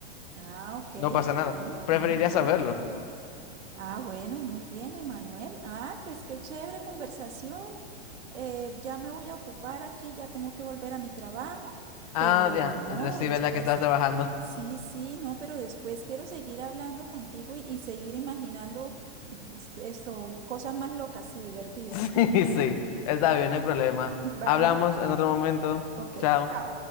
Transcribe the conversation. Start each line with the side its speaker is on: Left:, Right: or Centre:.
Right: Ah, ok.
Left: No pasa nada.
Right: Bien.
Left: Preferiría
Right: Muy, muy.
Left: saberlo.
Right: Ah, bueno, muy bien, Emanuel. Ah, pues qué chévere conversación. Eh, ya me voy a ocupar aquí, ya tengo que volver a mi trabajo,
Left: Ah,
Right: pero
Left: diantre,
Right: no,
Left: sí,
Right: después,
Left: ¿verdad que estás trabajando?
Right: sí, sí, no, pero después quiero seguir hablando contigo y, y seguir imaginando mm, esto, cosas más locas y divertidas.
Left: <laughs> Sí, sí. Está bien, no hay problema.
Right: Vale,
Left: Hablamos en otro momento.
Right: ok,
Left: Chao.
Right: chao.